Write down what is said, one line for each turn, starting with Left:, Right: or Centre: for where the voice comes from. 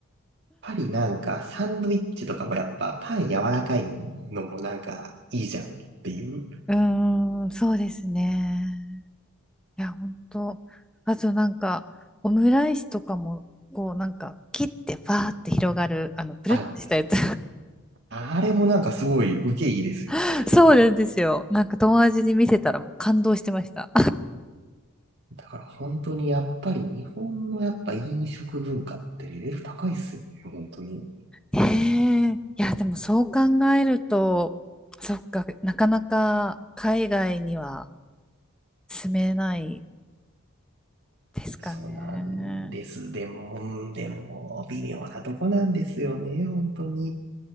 Right: ぱりなんかサンドイッチとかもやっぱパン柔らかいのもなんかいいじゃんっていう。
Centre: うーん、そうですね。いや、本当。あとなんか、オムライスとかも、こうなんか、切ってファーって広がる、あの、プルってしたやつ
Right: あ、あれもなんかすごい受けいいですよね。
Centre: <laughs>。そうなんですよ。なんか友達に見せたらもう感動してました。
Right: だから本当にやっぱり日本のやっぱ飲食文化ってレベル高いっすよね、本当に。
Centre: へえいや、でもそう考えると、そっか、なかなか海外には住めないですかね。
Right: そうなんです。でも、でも微妙なとこなんですよね、本当に。